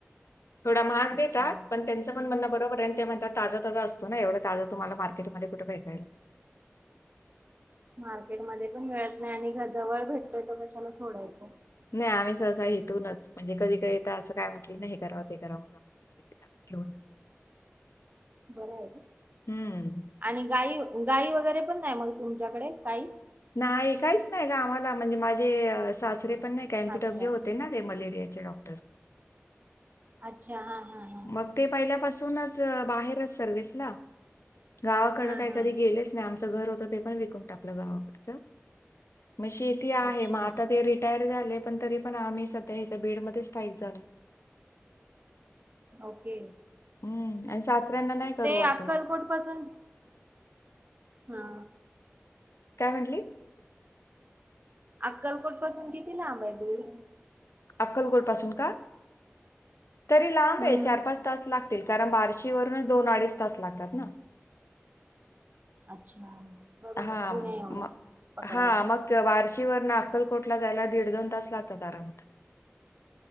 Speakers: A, on the left; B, on the right.
A: थोडा महाग देतात,
B: अच्छा
A: पण त्यांच पण म्हणणं पर्यंत म्हणात ताजा ताजा असतो ना एवढा ताजा तुम्हाला मार्केटमध्ये कुठे भेटेल. <inaudible>
B: मार्केटमध्ये पण मिळत नाही आणि जवळ भेटतोय तो कशाला सोडायच.
A: नाही. आम्ही सहसा इथूनच म्हणजे कधी काही आता असं काय वाटलं नाही हे करावं ते करावं जा घेऊन
B: बरं आहे.
A: हम्म.
B: आणि गाई गाई वगैरे पण नाही मग तुमच्याकडे काहीच
A: नाही काहीच नाही ग आम्हाला म्हणजे माझी सासरे पण नाही का एमपीडब्ल्यू
B: अच्छा
A: होते ना ते मलेरियाचे डॉक्टर.
B: अच्छा हा हा. हा
A: मग ते पहिल्यापासूनच बाहेरच सर्विसला गावाकड
B: हा
A: काही
B: हा
A: कधी गेलेच नाही. आमचं घर होतं ते पण विकून टाकलं गावाकडचं. मग शेती आहे.
B: अच्छा
A: मग आता ते रिटायर झाले, पण तरी पण आम्ही सध्या इथे बीड मध्ये स्थायिक झालो.
B: ओके.
A: हम्म आणि सासऱ्यांना नाही करू
B: ते
A: वाटत.
B: अक्कलकोट पासून हा.
A: काय म्हंणली?
B: अक्कलकोट पासून कितीला लांब आहे बीड?
A: अक्कलकोट पासून का? तरी लांब
B: हम्म
A: आहे चार पाच तास लागतील. कारण बार्शीवरून दोन, अडीच तास लागतात ना.
B: अच्छा. बरोबर
A: हा
B: पुण्या एवढं
A: म
B: पकडायचं
A: हा मग वार्षि की ववर ना अक्कलकोट ला जायला दीड, दोन तास लागतात आरामात.